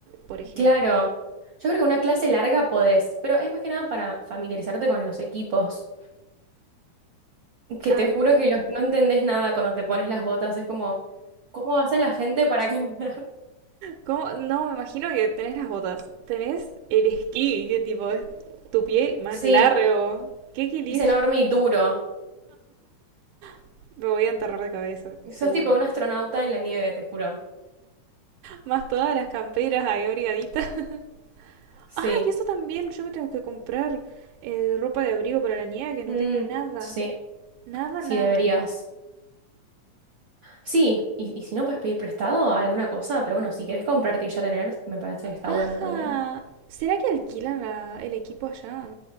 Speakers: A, on the right; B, on the right.
A: por ejemplo.
B: Claro, yo creo que una clase larga podés, pero es más que nada para familiarizarte con los equipos, que
A: Ay,
B: te juro
A: me encanta.
B: que los- no entendés nada cuando te pones las botas. Es como, ¿cómo va a ser la gente para caminar? <laughs>
A: ¿Cómo? No, me imagino que tenés las botas. Tenés el esquí, que tipo es tu pie más
B: Sí,
A: largo. ¡Qué equilibrio!
B: es enorme y duro.
A: <laughs> Me voy a enterrar de cabeza, seguro.
B: Sos tipo un astronauta en la nieve, te juro.
A: Más todas las camperas ahí abrigaditas. <laughs>
B: Sí,
A: ¡Ah, y eso también! Yo me tengo que comprar eh, ropa de abrigo para la nieve, que no
B: Mm,
A: tengo nada.
B: sí,
A: Nada,
B: sí
A: nada.
B: deberías. Sí, y, y si no puedes pedir prestado alguna cosa, pero bueno, si querés comprarte y ya tener, me parece que está
A: Ajá.
B: bueno también.
A: ¿Será que alquilan la- el equipo allá?